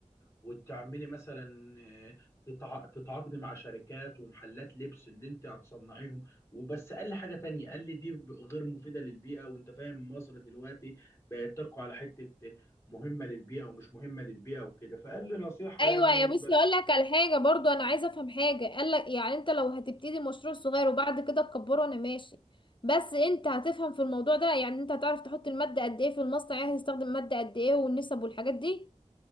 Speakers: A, on the left; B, on the left.
A: وتعملي مثلا آه، تتع... تتعاقدي مع شركات ومحلات لبس اللي انت هتصنعيهم وبس قال لي حاجه تانية قال لي دي ب- غير مفيده للبيئه وانت فاهم مصر دلوقتي بقت تقع على حته مهمه للبيئه ومش مهمه للبيئه وكده فقال لي نصيحه
B: ايوه
A: يعني
B: يا بس
A: ب...
B: اقول لك على حاجه برضو انا عايزه افهم حاجه قال لك يعني انت لو هتبتدي مشروع صغير وبعد كده تكبره انا ماشي بس انت هتفهم في الموضوع ده يعني انت هتعرف تحط الماده قد ايه في المصنع يعني هتستخدم ماده قد ايه والنسب والحاجات دي